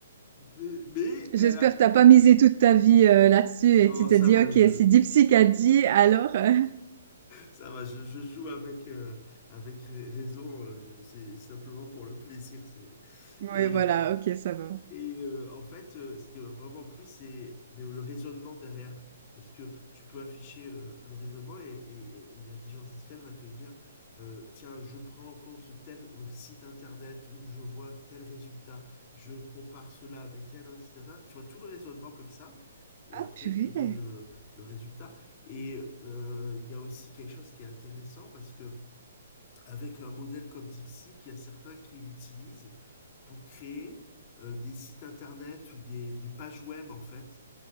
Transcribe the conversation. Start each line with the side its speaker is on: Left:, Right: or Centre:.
Left: mais, mais
Right: J'espère
Left: elle a.
Right: que t'as pas misé toute ta vie euh, là-dessus
Left: Non,
Right: et tu t'es
Left: ça
Right: dit,
Left: va,
Right: ok,
Left: je,
Right: si DeepSeek a dit, alors... euh,
Left: ça va, je, je joue avec, euh, avec ra- raison. euh, je- c'est simplement pour le plaisir. C'est,
Right: <laughs> Oui,
Left: et,
Right: voilà, ok, ça va.
Left: Et euh, en fait, euh, ce qui m'a vraiment plu, c'est le, le raisonnement derrière. Parce que tu peux afficher euh, le raisonnement et, et- et l'intelligence artificielle va te dire, euh, tiens, je prends en compte tel euh, site internet où je vois tel résultat, je compare cela avec tel autre site internet. Tu vois tout le raisonnement comme ça. Et
Right: Ah,
Left: après,
Right: purée.
Left: tu donnes le, le résultat. Et euh, il y a aussi quelque chose qui est intéressant parce que avec un modèle comme DeepSeek, il y a certains qui l'utilisent pour créer euh, des sites internet ou des, des pages web en fait.